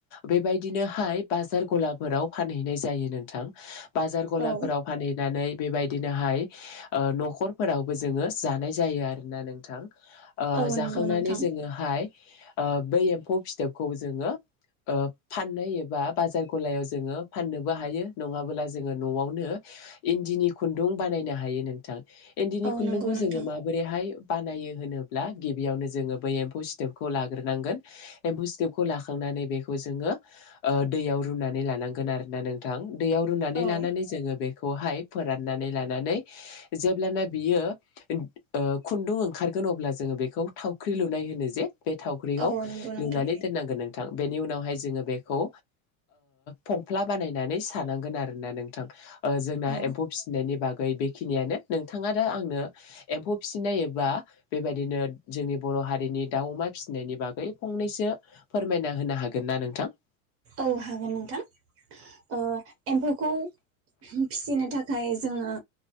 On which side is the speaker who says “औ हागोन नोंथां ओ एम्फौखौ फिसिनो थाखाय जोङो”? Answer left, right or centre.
Right